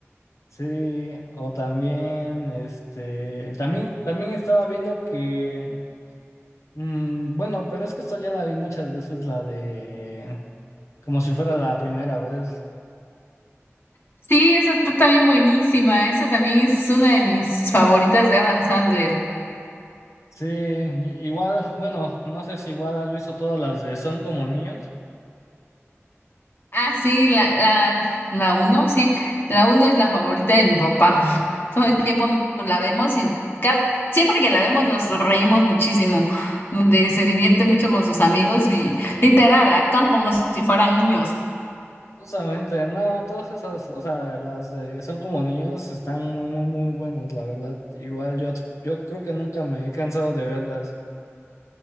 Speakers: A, on the left; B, on the left.
A: Sí, o también, este, también, también estaba viendo que Mm, bueno, pero es que esta ya la vi muchas veces, la de como si fuera la primera vez.
B: Sí, esa está también buenísima. Esa también es una de mis favoritas de Adam Sandler.
A: Sí, igual, bueno, no sé si igual has visto todas las de Son como niños.
B: Ah, sí, la, la, la uno, sí. La uno es la favorita de mi papá. <laughs> Todo el tiempo nos la vemos y ca- siempre que la vemos nos reímos muchísimo. Donde se divierte mucho con sus amigos y literal, actúan como si fueran niños.
A: Justamente, no, todas esas, o sea, las de Son como niños están muy, muy, muy buenas, la verdad. Igual yo, yo creo que nunca me he cansado de verlas.